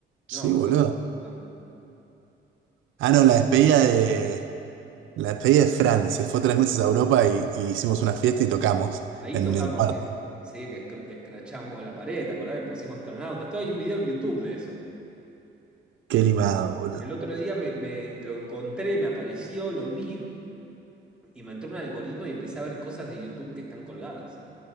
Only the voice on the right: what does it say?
Sí, boludo.
Ah, no, la despedida de. La despedida de Fran. Se fue tres meses a Europa y, y hicimos una fiesta y tocamos
en
el cuarto.
Qué limado, boludo.